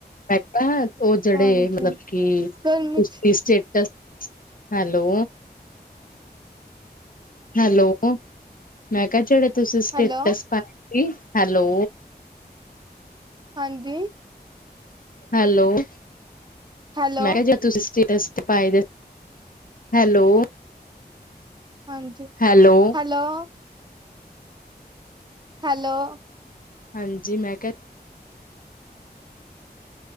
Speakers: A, on the left; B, on the right.
A: ਮੈ ਕਿਹਾ ਉਹ ਜਿਹੜੇ
B: ਹਾਂਜੀ
A: ਮਤਲਬ ਕਿ
B: ਗਰਮੀ
A: ਉਸਦੀ
B: ਚ
A: ਸਟੇਟਸ ਹੈਲੋ ਹੈਲੋ ਮੈਂ ਕਿਹਾ ਜਿਹੜੇ ਤੁਸੀਂ ਸਟੇਟਸ
B: ਹੈਲੋ
A: ਪਾਏ ਸੀ ਹੈਲੋ
B: ਹਾਂਜੀ
A: ਹੈਲੋ
B: ਹੈਲੋ
A: ਮੈਂ ਕਿਹਾ ਜੀ ਤੁਸੀਂ ਸਟੇਟਸ ਪਾਏ ਦੇ ਹੈਲੋ
B: ਹਾਂਜੀ
A: ਹੈਲੋ
B: ਹੈਲੋ ਹੈਲੋ
A: ਹਾਂਜੀ ਮੈਂ ਕਿਹਾ।